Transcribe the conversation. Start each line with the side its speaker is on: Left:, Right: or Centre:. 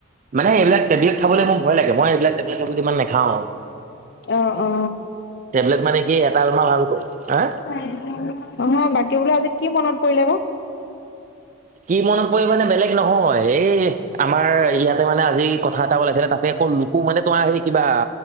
Right: মানে এইবিলাক টেবলেট খাব মোৰ ভয় লাগে মই এইবিলাক টেবলেট চেবলেট ইমান নাখাওঁ
Left: অ অ
Right: টেবলেট মানে কি এটা তোমাৰ ভাল হা
Left: হয় অ হয় বাকী বোলে আজি কি মনত পৰিলে বা
Right: কি মনত পৰি মানে বেলেগ নহয় এই আমাৰ ইয়াতে মানে আজি কথা এটা ওলাইছিলে তাতে অক'ল কোব মানে তোমাৰ হেৰি কিবা